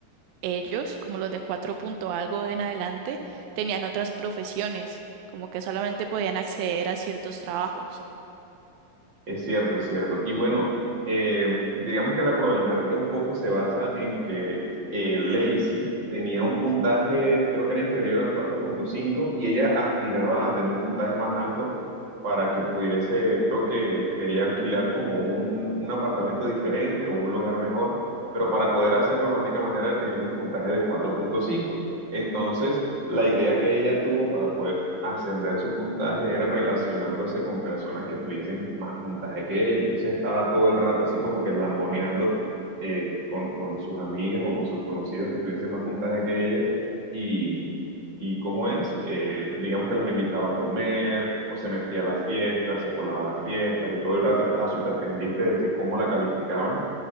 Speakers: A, on the right; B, on the right.
A: ellos, como los de cuatro punto algo en adelante, tenían otras profesiones, como que solamente podían acceder a ciertos trabajos.
B: Es cierto, es cierto. Y bueno, eh, digamos que la problemática un poco se basa en que eh, Lacey tenía un puntaje, creo que era inferior al 4.5, y ella aspiraba a tener un puntaje más alto para que pudiese, creo que quería alquilar como un, un apartamento diferente o un lugar mejor, pero para poder hacerlo la única manera era teniendo un puntaje de 4.5. Entonces, la idea que ella tuvo para poder ascender su puntaje era relacionándose con personas que tuviesen más puntaje que ella. Entonces estaba todo el rato así como que lamboneando eh, con, con sus amigas o con sus conocidos que tuviesen más puntaje que ella. Y, y cómo es, Eh, digamos que las invitaba a comer o se metía a las fiestas, se colaba a las fiestas y todo el rato estaba súper pendiente de decir cómo la calificaban